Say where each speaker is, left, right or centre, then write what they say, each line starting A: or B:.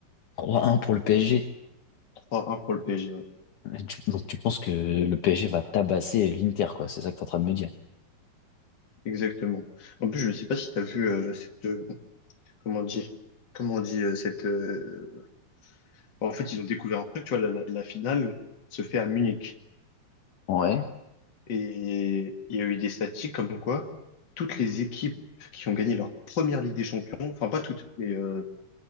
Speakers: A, on the left; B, on the left.
A: 3-1 pour le PSG.
B: trois, un pour le PSG, ouais.
A: Et tu- Donc, tu penses que le PSG va tabasser l'Inter, quoi. C'est ça que tu es en train de me dire.
B: Exactement. En plus, je ne sais pas si tu as vu euh, cette, euh, comment on dit, comment on dit euh, cette. euh, En fait, ils ont découvert un truc, tu vois, la, la, la finale se fait à Munich.
A: Ouais.
B: Et il y a eu des statistiques comme quoi toutes les équipes qui ont gagné leur première Ligue des Champions, enfin pas toutes, mais euh,